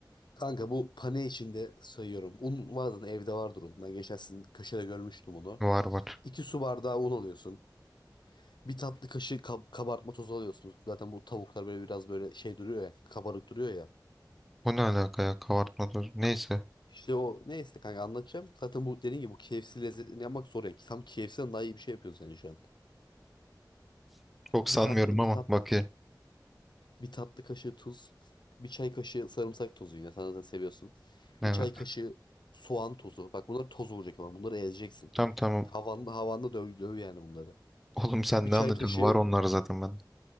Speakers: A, on the left; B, in the centre.
A: Kanka bu pane içinde sayıyorum. Un vardı evde vardır un. Ben geçen sizin köşede görmüştüm onu.
B: Var var.
A: İki su bardağı un alıyorsun. Bir tatlı kaşığı kab- kabartma tozu alıyorsun. Zaten bu tavuklar böyle biraz böyle şey duruyor ya. Kabarık duruyor ya.
B: O ne alaka ya? Kabartma tozu. Neyse.
A: İşte o neyse kanka anlatacağım. Zaten bu dediğin gibi bu KFC lezzetini yapmak zor ya. Tam KFC'den daha iyi bir şey yapıyorsun sen şu an.
B: Çok
A: Bir
B: sanmıyorum
A: tatlı
B: ama
A: bir tat
B: bakayım.
A: Bir tatlı kaşığı tuz. Bir çay kaşığı sarımsak tozu yine. Sen zaten seviyorsun.
B: Evet.
A: Bir çay kaşığı soğan tozu. Bak bunlar toz olacak ama bunları ezeceksin.
B: Tamam tamam.
A: Havanda havanda döv, döv yani bunları.
B: Oğlum sen
A: Bir
B: ne
A: çay
B: anlatıyorsun?
A: kaşığı
B: Var onlar zaten ben.